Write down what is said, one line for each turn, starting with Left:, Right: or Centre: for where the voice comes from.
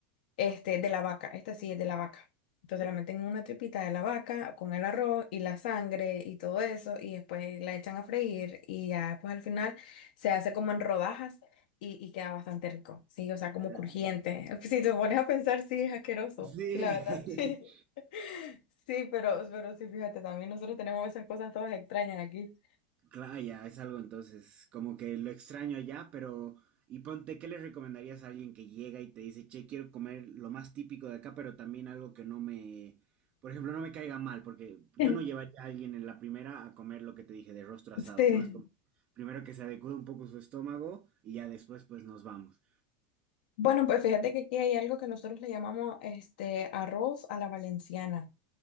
Left: este, de la vaca, esta sí es de la vaca. Entonces la meten en una tripita de la vaca con el arroz y la sangre y todo eso y después la echan a freír y ya pues al final se hace como en rodajas y, y queda bastante rico, sí, o sea, como
Right: ah,
Left: crujiente. <laughs> Si te pones a pensar, sí, es asqueroso,
Right: Sí.
Left: sí, la verdad, sí.
Right: <laughs>
Left: <laughs> Sí, pero, pero sí, fíjate, también nosotros tenemos esas cosas todas extrañas aquí.
Right: Claro, ya es algo entonces, como que lo extraño allá, pero y ponte, ¿qué le recomendarías a alguien que llega y te dice, che, quiero comer lo más típico de acá, pero también algo que no me, por ejemplo, no me caiga mal, porque yo
Left: <laughs>
Right: no llevaría a alguien en la primera a comer lo que te dije de rostro asado,
Left: Sí.
Right: ¿no? Es como primero que se adecue un poco su estómago y ya después pues nos vamos.
Left: Bueno, pues fíjate que aquí hay algo que nosotros le llamamos este arroz a la valenciana,